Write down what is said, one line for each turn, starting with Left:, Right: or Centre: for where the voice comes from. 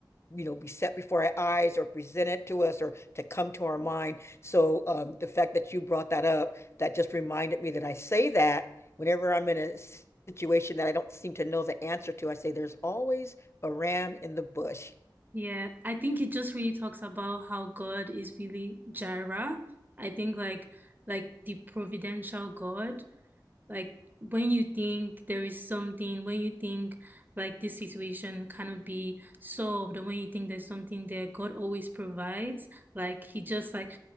Left: you know be set before our eyes or presented to us or to come to our mind so um, the fact that you brought that up that just reminded me that i say that whenever i'm in a situation that i don't seem to know the answer to i say there's always a ram in the bush
Right: Yeah, I think it just really talks about how God is really Jireh. I think like like the providential God. Like when you think there is something, when you think like this situation cannot be solved, and when you think there's something there, God always provides. Like he just like